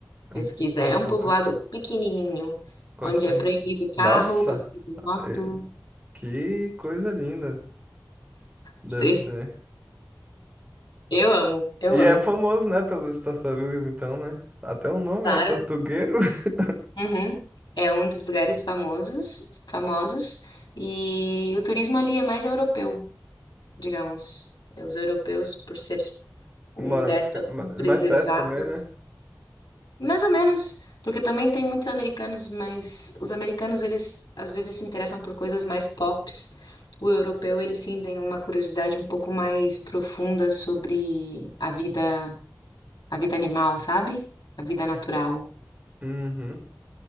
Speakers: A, on the right; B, on the left.
A: Eu
B: pesquisa, é um povoado
A: vou pesquisar.
B: pequenininho,
A: Costa
B: onde é
A: Rica.
B: proibido carro,
A: Nossa,
B: proibido moto,
A: eh, que coisa linda. Deve
B: sim,
A: ser.
B: eu amo, eu
A: E
B: amo.
A: é famoso, né, pelas tartarugas, então, né? Até o nome
B: Claro.
A: é Tortugueiro. <laughs>
B: Uhum. É um dos lugares famosos, famosos, e o turismo ali é mais europeu, digamos. Os europeus, por ser um
A: Mora
B: lugar
A: fica-
B: tão
A: ma-
B: preservado,
A: mais perto também, né?
B: mais ou menos, porque também tem muitos americanos, mas os americanos, eles às vezes se interessam por coisas mais pops. O europeu, ele sim tem uma curiosidade um pouco mais profunda sobre a vida, a vida animal, sabe? A vida natural.
A: Uhum.